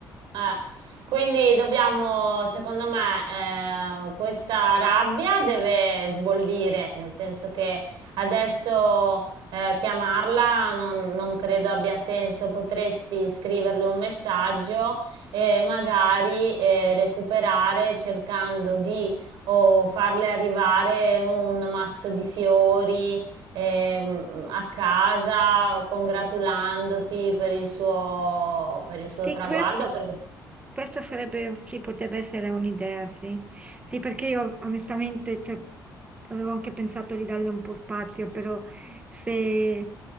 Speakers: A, on the right; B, on the right.
A: Eh, quindi dobbiamo, secondo me, eh, questa rabbia deve sbollire, nel senso che adesso eh, chiamarla non, non credo abbia senso, potresti scriverle un messaggio e magari eh, recuperare cercando di o farle arrivare un mazzo di fiori ehm, a casa congratulandoti per il suo, per il suo
B: Sì,
A: traguardo.
B: questo,
A: perché-
B: questa sarebbe, sì, potrebbe essere un'idea, sì. Sì, perché io onestamente, cioè, avevo anche pensato di darle un po' spazio, però se,